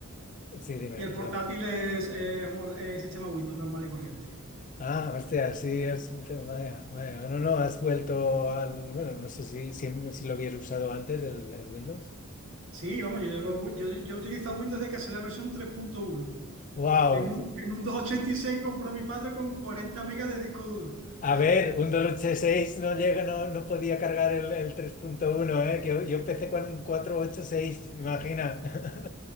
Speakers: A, on the left (about 40°); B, on the right (about 65°).
A: Sí, dime,
B: Y el
A: perdona.
B: portátil es, es un es sistema Windows normal y corriente.
A: Ah, hostia, sí, es, vaya, vaya. No, no, has vuelto al, bueno, no sé si, si, si lo habías usado antes, el, el Windows.
B: Sí, vamos, yo, llevo yo, yo utilizo Windows desde que salió la versión tres punto uno.
A: Wow.
B: En un, en un 286 compró mi padre con 40 megas de disco duro.
A: A ver, un 286 no llega, no, no podía cargar el, el tres punto uno, ¿eh? Que yo, yo empecé con un 486, imagina. <laughs>